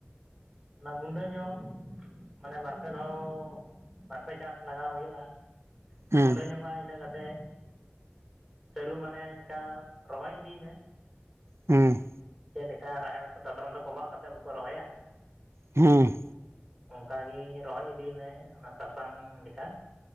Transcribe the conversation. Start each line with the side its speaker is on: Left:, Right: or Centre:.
Centre: ᱚᱱᱟ ᱜᱩᱸᱰᱟᱹ ᱧᱚᱜ ᱢᱟᱱᱮ ᱵᱟᱨᱯᱮ ᱫᱷᱟᱣ ᱵᱟᱨᱯᱮ ᱪᱟᱥ ᱞᱟᱜᱟᱣ ᱦᱩᱭᱩᱜᱼᱟ
Right: ᱦᱮᱸ
Centre: ᱜᱩᱸᱰᱟᱹ ᱧᱚᱜᱼᱟ ᱤᱱᱟᱹ ᱠᱟᱛ ᱛᱮ ᱥᱟᱹᱨᱩ ᱢᱟᱱᱮ ᱱᱤᱠᱟ ᱨᱚᱦᱚᱭ ᱤᱫᱤᱭ ᱢᱮ᱾
Right: ᱦᱩᱸ
Centre: ᱪᱮᱜ ᱞᱮᱠᱟ ᱨᱟᱦᱮᱲ ᱠᱚ ᱫᱟᱛᱨᱚᱢ ᱛᱮ ᱠᱚᱵᱟᱜ ᱠᱟᱛᱮᱜ ᱵᱟᱠᱚ ᱨᱚᱦᱚᱭᱟ?
Right: ᱦᱩᱸ
Centre: ᱚᱝᱠᱟᱜᱤ ᱨᱚᱦᱚᱭ ᱤᱫᱤᱭ ᱢᱮ ᱚᱱᱟ ᱥᱟᱥᱟᱝ ᱞᱮᱠᱟ᱾